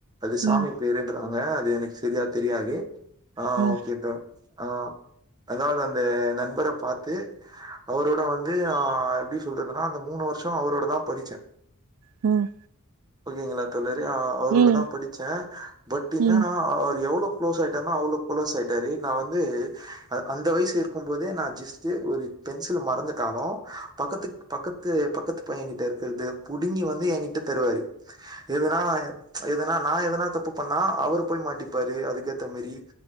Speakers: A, on the right; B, on the right.
A: அது
B: ம்
A: சாமி
B: ம் ம்
A: பேருன்றாங்க அது எனக்கு சரியா தெரியாது ஆ
B: ம்
A: ஓகே டன் ஆ அதாவது அந்த நண்பர பாத்து அவரோட வந் ந்து நா எப்டி சொல்றதுன்னா அந்த மூணு வருஷ அவரோட தா படிச்ச
B: ம்
A: ஓகேங்களா தோழரே அவரோடதா
B: ம் ம் ம் ம்
A: படிச்ச பட் என்னன்னா
B: ம்
A: அவர் எவ்வளோ குளோஸ் ஆயிட்டார்னா அவ்வளோ குளோஸ் ஆயிட்டாரு நா வந்து அ அந்த வயசு இருக்கும் போதே நா ஜஸ்ட்டு ஒரு பென்சில் மறந்துட்டாலு பக்கத்துக்கு பக்கத்து பக்கத்து பையங்கிட்ட இருக்கிறது புடுங்கி வந்து எங்கிட்ட தருவாரு எதுனா எதுனா நா எதுனா தப்பு பண்ணா அவரு போய் மாட்டிப்பாரு அதுக்கேத்த மாரி